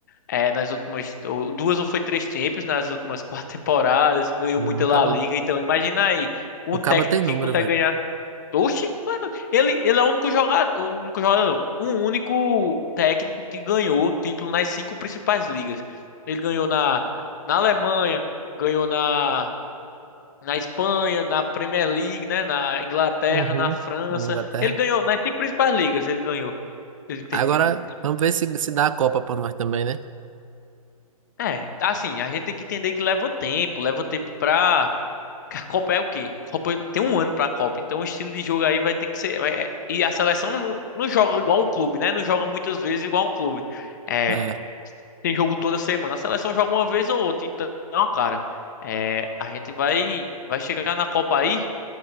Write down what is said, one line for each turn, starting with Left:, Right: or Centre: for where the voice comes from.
Left: é, nas últimas ou duas ou foi três Champions nas últimas <laughs> quatro temporadas. Ganhou
Right: Não,
Left: muita
Right: o Caba,
Left: La Liga. Então imagina aí um
Right: o
Left: técnico
Right: Caba tem
Left: que
Right: número,
Left: consegue
Right: velho.
Left: ganhar. Oxi, mano, ele ele é o único jogador, o único jogador, não, um único técnico que ganhou o título nas cinco principais ligas. Ele ganhou na na Alemanha, ganhou na na Espanha, na Premier League, né? Na Inglaterra,
Right: Uhum.
Left: na França.
Right: Na Inglaterra.
Left: Ele ganhou, nas cinco principais ligas ele ganhou. Ele tem
Right: Agora,
Left: título.
Right: vamos ver se, se dá a Copa pra nós também, né?
Left: É, assim, a gente tem que entender que leva tempo, leva tempo pra. porque A Copa é o quê? A Copa tem um ano pra Copa, então o estilo de jogo aí vai ter que ser. vai- é- E a seleção não, não joga igual um clube, né? Não joga muitas vezes igual um clube. É,
Right: É,
Left: tem jogo toda semana. A seleção joga uma vez ou outra. Então, cara, é, a gente vai, vai chegar na Copa aí.